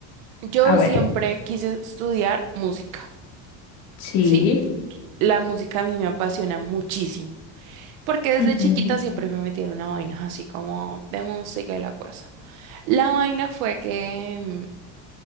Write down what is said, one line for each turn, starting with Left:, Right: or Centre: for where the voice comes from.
Right: yo
Left: A ver.
Right: siempre quise estudiar música,
Left: Sí.
Right: ¿sí? La música a mí me apasiona muchísimo, porque desde
Left: ujú.
Right: chiquita siempre me metieron a vainas así como de música y la cosa. La vaina fue que mm,